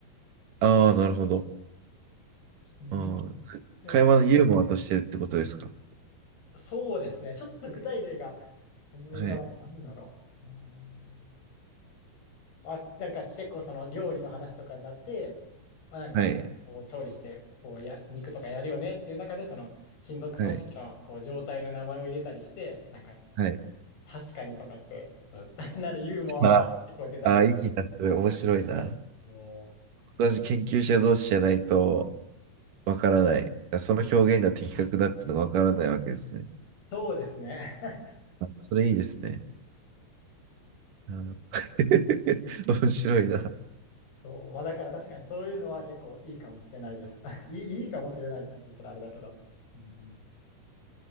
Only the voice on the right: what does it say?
ああ、なるほど。
ああ、そ会話のユーモアとしてってことですか
はい。
はい。はい。
はい。
ああ、いいな、それ面白いな。
私、研究者同士じゃないとわからない。その表現が的確だってのがわからないわけですね。
あ、それいいですね。うん、<laughs> 面白いな。